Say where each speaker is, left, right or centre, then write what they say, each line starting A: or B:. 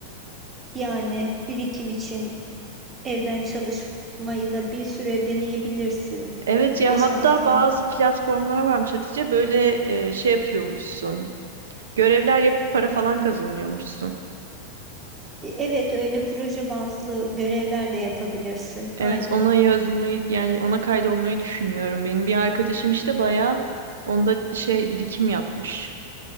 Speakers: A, on the right; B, on the right.
A: yani birikim için evden çalışmayı da bir süre deneyebilirsin.
B: Evet
A: beş
B: ya hatta
A: altı
B: bazı
A: ay.
B: platformlar varmış Hatice böyle e, şey yapıyormuşsun. Görevler yapıp para falan kazanıyormuşsun.
A: E, Evet öyle proje bazlı görevler de yapabilirsin.
B: Evet
A: Aynen.
B: ona yazılmayı yani ona kaydolmayı düşünüyorum. Benim bir arkadaşım işte bayağı onda şey birikim yapmış.